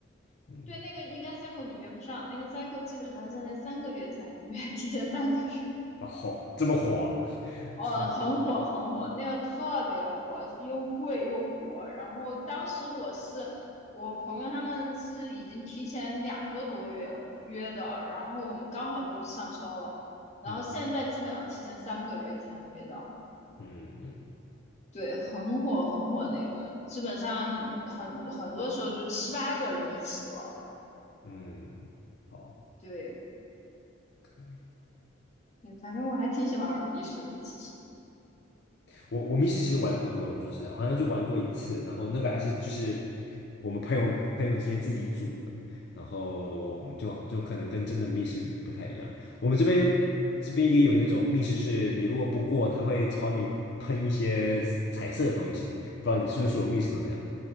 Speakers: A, on the left; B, on the left.
A: <laughs>
B: 嗯，
A: 对，那个应该 cycle 你约不上，那个 cycle 基本上现在三个月才能约，提前三个月。
B: 哦，这么火啊，<laughs>
A: <laughs> 哦，
B: 超，
A: 很火很火，那个特别火，又贵又火。然后当时我是我朋友他们是已经提前两个多月约的，然后我们刚好就上车了。然后现在基本要提前三个月才能约到。
B: 嗯嗯嗯
A: 对，很火很火那个，基本上很很多时候就七八个人一起玩儿。
B: 嗯，好。
A: 对，
B: 可以。
A: 嗯，反正我还挺喜欢玩密室的。其实
B: 我我密室其实玩的不多，我说实在，我好像就玩过一次，然后那个还是就是我们朋友朋友之间自己组的，然后就就可能跟真的密室不太一样。我们这边这边也有那种密室，是你如果不过，他会朝你喷一些彩色的东西。我不知道你是不是所有密室都这样，